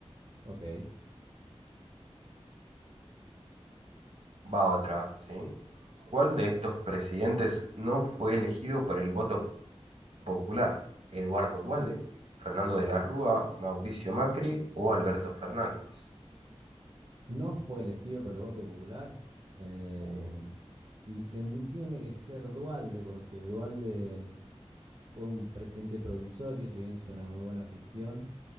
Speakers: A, on the right (about 50°); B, on the right (about 70°).
A: Ok.
B: Va otra, ¿sí? ¿Cuál de estos presidentes no fue elegido por el voto Popular, Eduardo Dualde, Fernando de la Rúa, Mauricio Macri o Alberto Fernández.
A: No fue elegido por el voto popular eh,
B: ¿sí?
A: y ten- tiene que ser Dualde porque Dualde fue un presidente provisorio, si bien hizo una muy buena gestión,